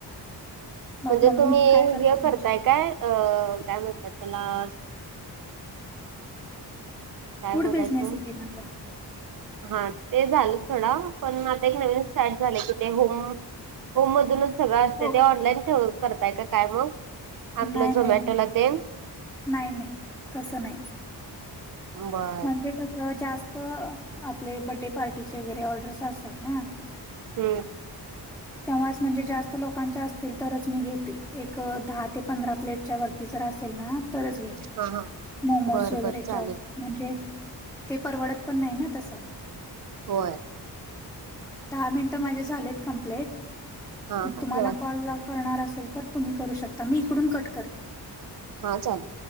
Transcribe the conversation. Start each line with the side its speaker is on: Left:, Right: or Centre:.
Centre: मग
Right: म्हणजे
Centre: मम्मी
Right: तुम्ही
Centre: काय करते
Right: हे करताय
Centre: तुमची
Right: काय? अ काय म्हणतात त्याला काय
Centre: फूड
Right: बोलायचं
Centre: बिझनेस आहे माझा.
Right: हा ते झालं सोडा, पण आता एक नवीन स्टार्ट झालं कि ते होम होम मधूनच सगळं असत,
Centre: हो
Right: ते ऑनलाईन ठेव करताय काय मग? आपलं
Centre: नाय
Right: झोमॅटोला
Centre: नाय नाय
Right: ते <unintelligible>
Centre: नाही, नाही, तसं नाही.
Right: बर
Centre: म्हणजे कसं जास्त आपले बर्थडे पार्टीचे वगैरे ऑर्डर्स असतात ना.
Right: हम्म.
Centre: तेव्हाच म्हणजे जास्त लोकांच्या असतील, तरच मी घेते एक दहा ते पंधरा प्लेटच्या वरती जर असेल ना तरच घेते,
Right: हा हा
Centre: मोमोज
Right: बर
Centre: वगैरेचे
Right: बर चालेल
Centre: ऑर्डर. म्हणजे ते परवडत पण नाही ना तसं.
Right: होय.
Centre: दहा मिनिटं माझे झालेत कंप्लीट,
Right: हा हा
Centre: तुम्हाला
Right: ठेवा
Centre: कॉल ला करणार असेल तर तुम्ही करू शकता, मी इकडून कट करते.
Right: हा चालेल.